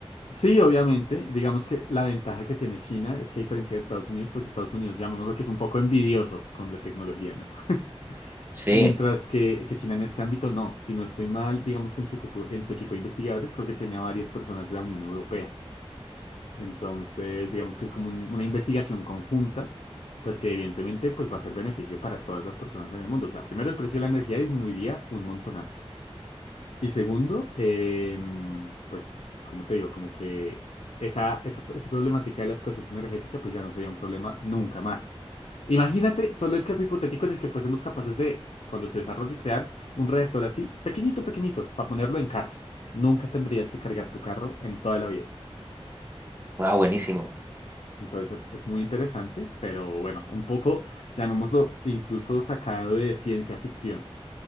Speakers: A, on the left; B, on the right.
A: sí, obviamente. Digamos que la ventaja que tiene China es que a diferencia de Estados Unidos, pues Estados Unidos, llamémoslo que es un poco envidioso con la tecnología, ¿no? <laughs>
B: Sí,
A: Mientras que, que China en este ámbito no. Si no estoy mal, digamos que en su, equipo- en su equipo de investigadores creo que tiene a varias personas de la Unión Europea. Entonces, digamos que es como un- una investigación conjunta, pues que evidentemente pues va a ser beneficio para todas las personas en el mundo. O sea, primero el precio de la energía disminuiría un montonazo. Y segundo, em, pues, como te digo, como que esa, esa, esa problemática de la escasez energética, pues ya no sería un problema nunca más. Imagínate solo el caso hipotético en el que fuésemos capaces de, cuando se desarrolle, crear un reactor así, pequeñito, pequeñito, para ponerlo en carros. Nunca tendrías que cargar tu carro en toda la vida.
B: wow, buenísimo.
A: Entonces es, es muy interesante, pero bueno, un poco, llamémoslo, incluso sacado de ciencia ficción,